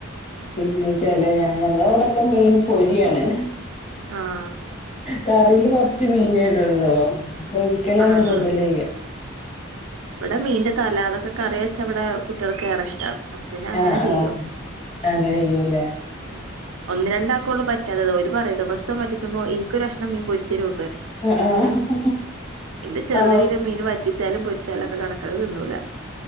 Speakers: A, on the left (about 25°); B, on the right (about 85°).
A: പിന്നെ ച ഞങ്ങള അവിടെൊക്കെ മെയിൻ പൊരിയാണ്
B: ആഹ്
A: കറിൽ കൊറച്ച് മീനായിടുള്ളൂ പൊരിക്കലാണ്
B: ആഹ്
A: കൂടുതൽ ചെയ്യുക
B: ഇവിടെ മീന്റെ തല അതൊക്കെ കറി വെച്ചവിടെ കുട്ടികൾക്ക് ഏറെ ഇഷ്ടമാണ് അപ്പ പിന്നെ അങ്ങനെ
A: ആഹ് ആഹ്
B: ചെയ്യും
A: അങ്ങനെ ചെയ്യൂല്ലേ
B: ഉ ഒന്ന രണ്ടാക്കക്കൊണ്ട് പറ്റാതെ അവര് പറയും ദിവസം വറ്റിച്ചുമ്പോൾ എനിക്കരുക്ഷ്ണം മീ പൊരിച്ചേരുണ്ട്
A: ആഹ് ആഹ്
B: എന്റെ ചെറുതെ
A: ഓ
B: മീൻ വ വറ്റിച്ചാലും പൊരിച്ചാലും ഒക്കെ കണക്ക അത് തിന്നൊന്നുമില്ല